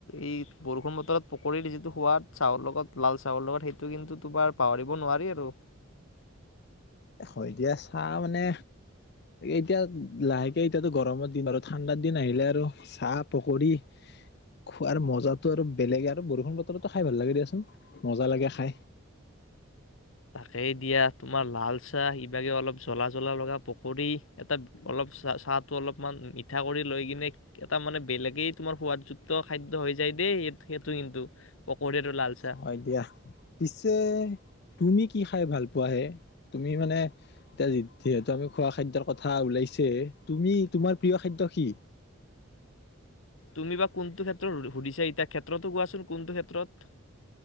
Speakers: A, on the left (about 80°); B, on the left (about 55°).
A: এই বৰষুণ বতৰত পকৰিৰ যিটো সোৱাদ চাহৰ লগত। লাল চাহৰ লগত সেইটো কিন্তু তোমাৰ পাহৰিব নোৱাৰি আৰু।
B: হয় দিয়া। চাহ মানে এতিয়া লাহেকে এতিয়াতো গৰমৰ দিন আৰু ঠাণ্ডা দিন আহিলে আৰু চাহ, পকৰি খোৱাৰ মজটো আৰু বেলেগে আৰু বৰষুণ বতৰতো খাই ভাল লাগে দিয়াচোন মজা লাগে খাই।
A: সেই দিয়া তোমাৰ লাল চাহ ইভাগে অলপ জ্বলা জ্বলা লগা পকৰী এটা অলপ চাহ চাহটো অলপমান মিঠা কৰি লৈ কিনে এটা মানে বেলেগেই তোমাৰ সোৱাদযুক্ত খাদ্য হৈ যায় দেই সেইটো কিন্তু পকৰী আৰু লাল চাহ
B: হয় দিয়া। পিছে তুমি কি খাই ভাল পোৱাহে? তুমি মানে এতিয়া যিহেতু আমি খোৱা খাদ্যৰ কথা ওলাইছে তুমি তোমাৰ প্ৰিয় খাদ্য কি?
A: তুমি বা কোনটো ক্ষেত্ৰত সুধিছা এতিয়া ক্ষেত্ৰতো কোৱাচোন কোনটো ক্ষেত্ৰত।